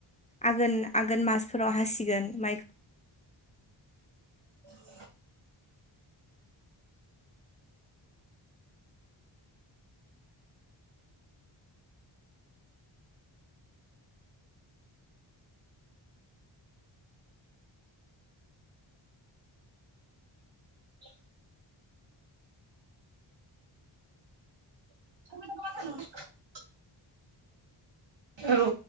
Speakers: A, on the left; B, on the right.
A: आगोन आगोन मासफोराव हासिगोन माइखौ।
B: <inaudible> <inaudible> <unintelligible> औ